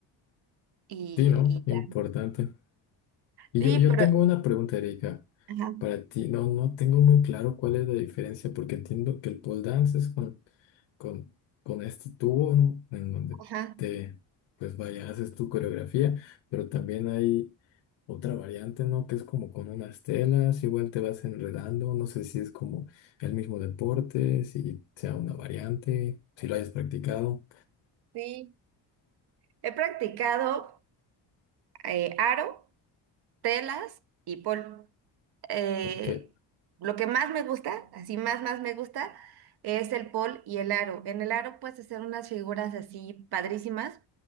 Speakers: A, on the right; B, on the left.
A: Y,
B: sí, ¿no? Importante.
A: y ya.
B: Y
A: Sí,
B: yo, yo
A: pero...
B: tengo una pregunta, Erika,
A: Ajá,
B: para ti. No, no tengo muy claro cuál es la diferencia, porque entiendo que el pole dance es con, con, con este tubo, ¿no? En donde
A: ajá,
B: te, pues vaya, haces tu coreografía, pero también hay otra variante, ¿no? Que es como con unas telas, igual te vas enredando, no sé si es como el mismo deporte, si sea una variante, si lo hayas practicado,
A: sí. He practicado eh, aro, telas y pol. eh,
B: que
A: lo que más me gusta, así más, más me gusta, es el pol y el aro. En el aro puedes hacer unas figuras así padrísimas,